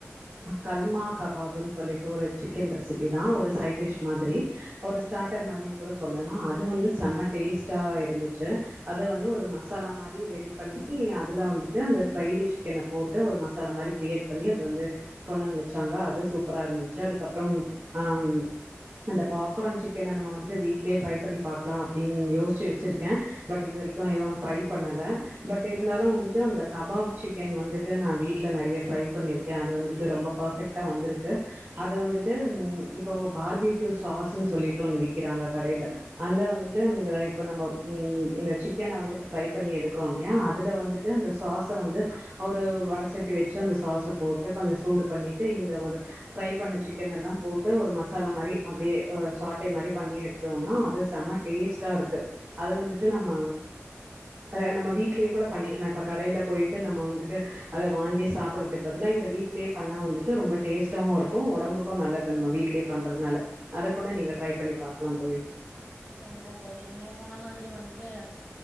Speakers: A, on the right; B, on the left.
A: கல்மா கபாப்ன்னு சொல்லிட்டு ஒரு சிக்கன் ரெசிபி தா ஒரு சைட் டிஷ் மாதிரி ஒரு ஸ்டார்டர் மாதிரின்னு கூட சொல்லலா அது வந்து செம்ம டேஸ்ட்டா இருந்துச்சு அது வந்து ஒரு மசாலா மாரி ரெடி பன்னி அதுலவந்துட்டு அந்த ஃப்ரைடு சிக்கன போட்டு ஒரு மசாலா மாரி கிரியேட் பண்ணி அது வந்து கொண்டு வந்து வச்சாங்க அது சூப்பரா இருந்துச்சு அதுக்கப்றம் ஆ அந்த பாப்கார்ன் சிக்கன நம்ம வந்துட்டு வீட்லயே ட்ரை பண்ணி பாக்லா அப்டின்னு யோசிச்சு வச்சிருக்கே பட் இது வரைக்கு எதுவு ட்ரை பண்ணல பட் இருந்தாலு வந்துட்டு அந்த கபாப் சிக்கன் வந்துட்டு நா வீட்டில் நிறைய ட்ரை பண்ணியிருக்கே அது வந்துட்டு ரொம்ப பர்ஃபெக்ட்டா வந்திருக்கு அது வந்துட்டு இப்போ பார்பிக்யூ சாஸ்ன்னு சொல்லிட்டு ஒன்னு விக்குறாங்க கடைல அந்த வந்துட்டு இந்த இப்போ நம்ம இந்த சிக்கன வந்துட்டு ஃப்ரை பண்ணி எடுக்குறோ யா அதுல வந்துட் அந்த சாஸ வந்து ஒரு வடசட்டி வச்சு அந்த சாஸ போட்டு கொஞ்சோ சூடு பண்ணிட்டு இந்த ஒரு ஃப்ரை பண்ண சிக்கனெல்லா போட்டு ஒரு மசாலா மாரி அப்டியே சாட்டை மாதிரி பண்ணி எடுத்தோம்னா அது செம டேஸ்டா இருக்கு அது வந்துட்டு நம்ம அத நம்ம வீ ட்லயே கூட பண்ணிக்கலா இப்ப கடையில போயிட்டு நம்ம வந்துட்டு அத வாங்கி சாப்பிடறதுக்கு பதிலா இத வீட்டிலேயே பண்ணா வந்துட்டு ரொம்ப டேஸ்ட்டாவு இருக்கு உடம்புக்கும் நல்லது நம்ம வீட்டிலேயே பண்றதுனால அத கூட நீங்க ட்ரை பண்ணி பாக்லா தோழி
B: கண்டிப்பா தோழி நீங்க சொன்ன மாதிரி வந்துட்டு